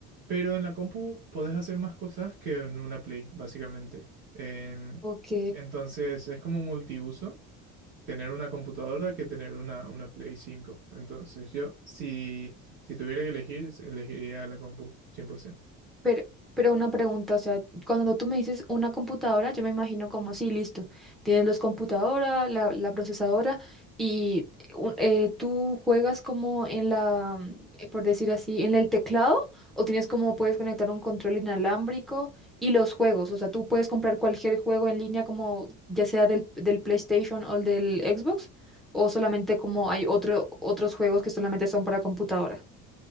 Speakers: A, on the right; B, in the centre.
A: pero en la compu podés hacer más cosas que en una Play, básicamente. En-
B: ok.
A: entonces, es como multiuso tener una computadora que tener una, una Play cinco Entonces, yo, si, si tuviera que elegir, elegiría la compu, cien por ciento.
B: Pero, pero una pregunta, o sea, cuando tú me dices una computadora, yo me imagino como, sí, listo, tienes los computadoras, la, la procesadora, y un- eh, tú juegas como en la, mm, eh, por decir así, en el teclado, o tienes como, puedes conectar un control inalámbrico y los juegos, o sea, tú puedes comprar cualquier juego en línea como, ya sea del, del PlayStation o el del Xbox, o solamente como hay otro, otros juegos que solamente son para computadora.